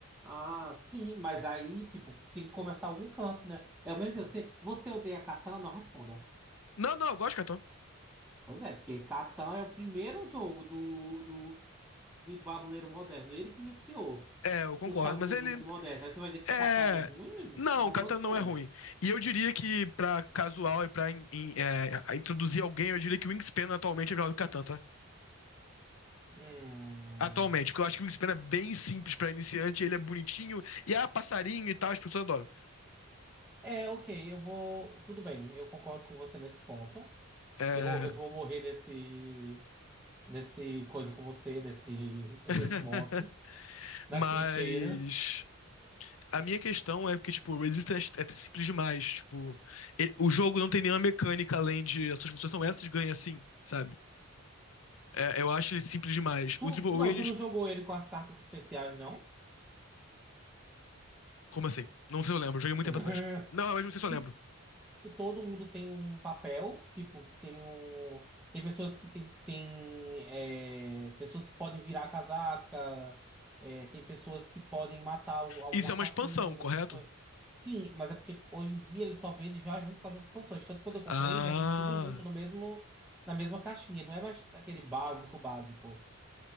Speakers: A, in the centre; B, on the left.
A: Ah, sim, mas aí, tipo, tem que começar algum canto, né? É o mesmo, você, você odeia Catan? Não responda.
B: Não, não, eu gosto, Catão.
A: Pois é, porque Catan é o primeiro jogo do, do de tabuleiro moderno. Ele que iniciou
B: É, eu concordo,
A: os tabuleiros
B: mas ele
A: do mundo moderno. Aí você vai dizer
B: É.
A: que Catan é ruim?
B: Não,
A: Pelo amor
B: Catan
A: de
B: não
A: Deus.
B: é ruim. E eu diria que pra casual e pra in- in- é, a- introduzir alguém, eu diria que o Wingspan atualmente é melhor do que Catan, tá?
A: Hum.
B: Atualmente, porque eu acho que o Wingspan é bem simples pra iniciante, ele é bonitinho, e há passarinho e tal, as pessoas adoram.
A: É, ok, eu vou. Tudo bem, eu concordo com você nesse ponto.
B: É,
A: Eu vou, eu vou morrer nesse, nesse coisa com você, nesse, <laughs>
B: <laughs>
A: nesse monte, nas
B: Mas
A: trincheiras.
B: a minha questão é porque, tipo, o Resistance é simples demais. Tipo, e- o jogo não tem nenhuma mecânica além de as suas funções são essas, ganha assim, sabe? É, eu acho ele simples demais.
A: Tu,
B: O Triple
A: não,
B: Agent
A: tu não jogou ele com as cartas especiais, não?
B: Como assim? Não sei se eu lembro, joguei muito
A: <laughs>
B: tempo atrás. Não, mas não sei se
A: Que
B: eu lembro.
A: E todo mundo tem um papel, tipo, tem um. Tem pessoas que tem, tem é, pessoas que podem virar a casaca, é, tem pessoas que podem matar al- algum
B: Isso
A: assassino,
B: é uma expansão, correto?
A: essas coisas. Sim, mas é porque hoje em dia ele só vende já junto com as expansões. Tanto que quando eu comprei,
B: Ah.
A: já vem tudo junto no mesmo, na mesma caixinha. Não é mais aquele básico básico.